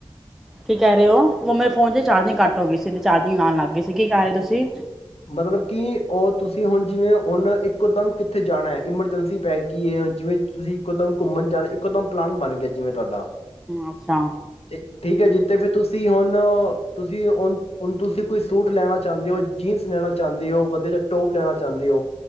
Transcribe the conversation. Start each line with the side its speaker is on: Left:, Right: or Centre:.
Centre: ਕੀ ਕਹਿ ਰਹੇ ਹੋ? ਮੇਰੇ ਫੋਨ ਚ ਚਾਰਜਿੰਗ ਕੱ ਹੋ ਗਈ ਸੀ। ਚਾਦੀ ਲਉਣ ਲਗ ਗਈ ਸੀ ਕਹਿ ਰਹੇ ਤੁਸੀਂ?
Left: ਮਤਲਬ ਕਿ ਉਹ ਤੁਸੀਂ ਹੁਣ ਜਿਵੇਂ ਉਹਨ ਇੱਕੋਦਮ ਕਿੱਥੇ ਜਾਣਾ ਐਮਰਜੈਂਸੀ ਪੈ ਗਈ ਹੁਣ ਜਿਵੇਂ ਤੁਸੀਂ ਇੱਕੋਦਮ ਘੁੰਮਣ ਜਾਣਾ ਇੱਕੋਦਮ ਪਲਾਨ ਬਣ ਗਿਆ ਜਿਵੇਂ ਤੁਹਾਡਾ
Centre: ਅੱਛਾ।
Left: ਠੀ ਠੀਕ ਹੈ ਜੀ ਤੇ ਫਿਰ ਤੁਸੀਂ ਹੁਣ ਤੁਸੀਂਣ ਤੁਸੀਂ ਕੋਈ ਸੂਟ ਲੈਣਾ ਚਾਹੁੰਦੇ ਹੋ ਜੀਨਸ ਲੈਣਾ ਚਾਹੁੰਦੇ ਓ, ਵਧੀਆ ਟੋਪ ਲੈਣਾ ਚਾਹੁੰਦੇ ਓ।